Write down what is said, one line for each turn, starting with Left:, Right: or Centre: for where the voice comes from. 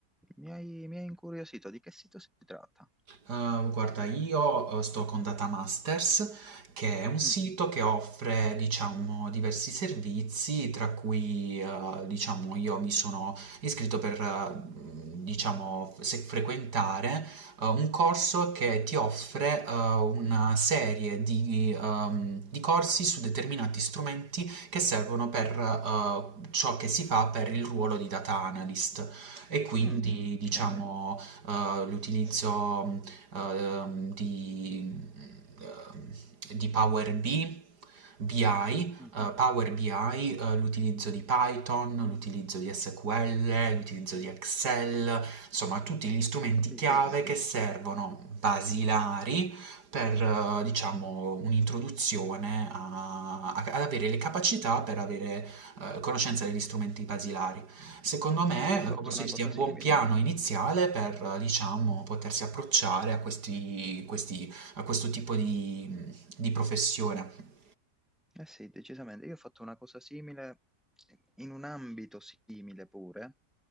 Centre: mi hai, mi hai incuriosito, di che sito si tratta?
Right: Ehm, guarda, io eh, sto con Data Masters, che è un sito
Centre: Mm,
Right: che offre, diciamo, diversi servizi, tra cui, eh, diciamo, io mi sono iscritto per, eh, diciamo, se- frequentare eh, un corso che ti offre eh, una serie di, ehm, di corsi su determinati strumenti che servono per eh, ciò che si fa per il ruolo di data analyst. E quindi,
Centre: mm, ok,
Right: diciamo, eh, l'utilizzo eh, ehm, di, ehm, di Power BI, BI,
Centre: mm,
Right: eh, Power BI, eh, l'utilizzo di Python, l'utilizzo di SQL, l'utilizzo di Excel, insomma tutti gli strumenti
Centre: capisco.
Right: chiave che servono basilari per, eh, diciamo, un'introduzione a- a- ad avere le capacità per avere eh, conoscenza degli strumenti basilari. Secondo me,
Centre: Eh, io ho fatto
Right: eh, come posso
Centre: una
Right: dirti,
Centre: cosa
Right: è un
Centre: simile.
Right: buon piano iniziale per, eh, diciamo, potersi approcciare a questi, questi- a questo tipo di, di professione.
Centre: Eh sì, decisamente. Io ho fatto una cosa simile, eh, in un ambito simile pure,